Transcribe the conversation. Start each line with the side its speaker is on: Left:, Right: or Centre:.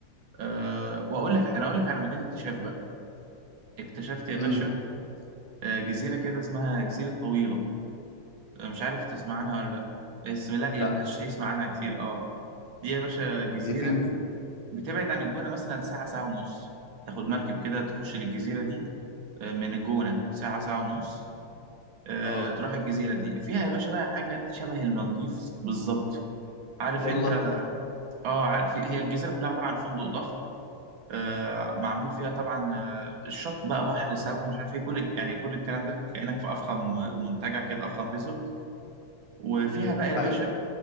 Right: أه واقول لك انا اقول لك على مكان اكتشاف بقى اكتشفت يا باشا
Left: امم
Right: أه جزيره كده اسمها جزيره طويله أه، مش عارف تسمع عنها ولا لا اسم لا يا
Left: لا
Right: ما حدش يسمع عنها كتير اه دي يا باشا جزيره
Left: هي فين دي
Right: بتبعد عن الجونة مثلا ساعة ساعة ونص تاخد مركب كده تخش للجزيرة دي آه، من الجونة ساعة ساعة ونص آه،
Left: اه
Right: تروح الجزيرة دي فيها يا باشا بقى حاجة شبه المالديف بالظبط عارف
Left: يلا
Right: انت اه عارف في- هي الجزيرة كلها عبارة عن فندق ضخم آه، معمول فيها طبعا آه، الشط بقى بحر ساونا مش عارف ايه كل يعني كل الكلام ده كأنك في أفخم
Left: مم.
Right: منتجع كده أفخم ريزورت وفيها بقى يا باشا
Left: ايوه